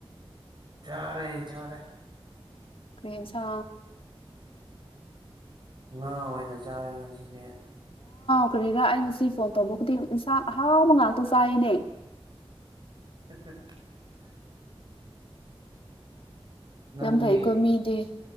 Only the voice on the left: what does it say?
ꯀ꯭ꯔꯍꯦꯟꯁ
ꯄꯨꯈ꯭ꯔꯤꯔꯥ ꯑꯩ ꯉꯁꯤ ꯐꯣꯟ ꯇꯧꯕ ꯈꯨꯗꯤꯡ ꯏꯟꯁꯥꯡ ꯑꯍꯥꯎꯕ ꯉꯥꯛꯇ ꯆꯥꯏꯔꯤꯅꯦ
ꯌꯥꯝ ꯐꯥꯏ ꯀꯣꯃꯤꯗꯤ